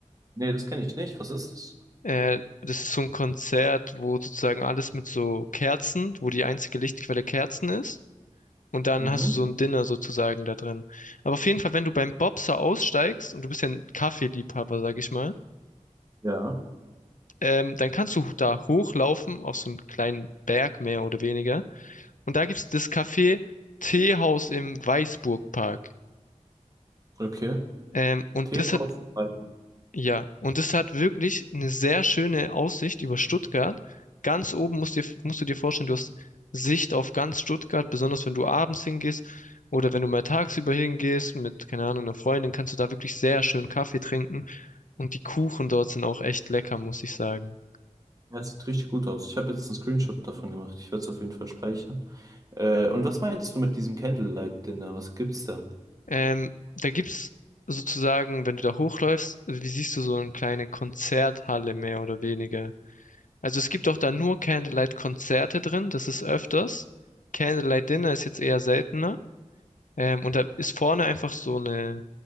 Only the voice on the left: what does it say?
Äh, das ist so ein Konzert, wo sozusagen alles mit so Kerzen, wo die einzige Lichtquelle Kerzen ist. Und dann
hast du so ein Dinner sozusagen da drin. Aber auf jeden Fall, wenn du beim Bobser aussteigst, und du bist ja ein Kaffeeliebhaber, sag ich mal,
ähm, dann kannst du da hochlaufen auf so einen kleinen Berg mehr oder weniger. Und da gibt's das Café Teehaus im Weißburgpark.
Ähm, und
das
hat
Ja, und es hat wirklich eine sehr schöne Aussicht über Stuttgart. Ganz oben musst dir, musst du dir vorstellen, du hast Sicht auf ganz Stuttgart, besonders wenn du abends hingehst oder wenn du mal tagsüber hingehst mit, keine Ahnung, einer Freundin, kannst du da wirklich sehr schön Kaffee trinken. Und die Kuchen dort sind auch echt lecker, muss ich sagen.
Ähm, da gibt's sozusagen, wenn du da hochläufst, wie siehst du so eine kleine Konzerthalle mehr oder weniger. Also es gibt auch da nur Candlelight-Konzerte drin, das ist öfters. Candlelight-Dinner ist jetzt eher seltener. Ähm, und da ist vorne einfach so eine,